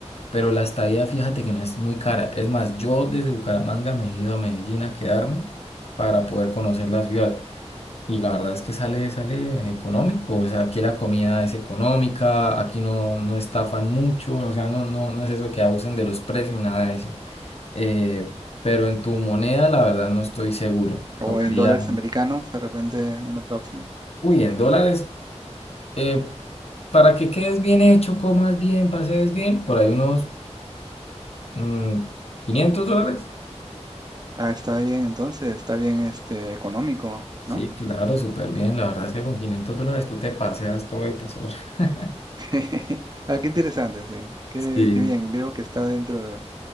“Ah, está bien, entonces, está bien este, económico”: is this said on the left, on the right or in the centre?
Right